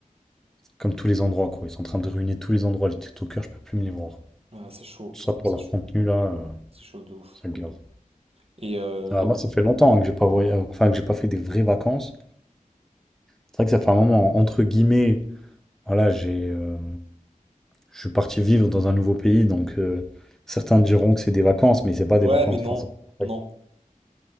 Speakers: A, in the centre; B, on the right.
A: Comme tous les endroits, quoi. Ils sont en train de ruiner tous les endroits. Les TikTokers, je peux plus me les voir.
B: Ouais, c'est chaud,
A: Tout
B: franchement
A: ça pour
B: c'est
A: leur
B: chaud,
A: contenu, là, euh,
B: c'est chaud de ouf.
A: ça me gave.
B: Et, euh,
A: Alors
B: et
A: moi,
B: puis-
A: ça fait longtemps hein, que j'ai pas voy- enfin, que j'ai pas fait des vraies vacances. C'est vrai que ça fait un moment, entre guillemets, voilà, j'ai. euh, Je suis parti vivre dans un nouveau pays, donc euh, certains diront que c'est des vacances, mais c'est pas des
B: ouais,
A: vacances.
B: mais non,
A: Enfin, c'est pas
B: non,
A: pareil.